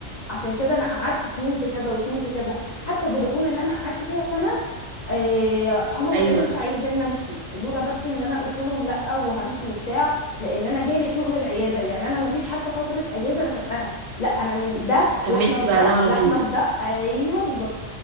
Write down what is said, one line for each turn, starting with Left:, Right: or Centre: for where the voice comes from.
Left: عشان كده انا قعدت سنين في كذا وسنين في كذا حتى فودافون اللي انا قعدت فيها سنه آه، هم
Right: ايوه
Left: ما كانوش عايزين امشي لولا بس ان انا قلت لهم لا وهمشي وبتاع لان انا جالي شغل العياده يعني انا ما فيش حتى فتره اجازه انا خدتها لا انا من ده
Right: كملتي
Left: لحمه في
Right: بعدها
Left: ده
Right: على
Left: لحمه
Right: طول
Left: في ده ايوه بالظبط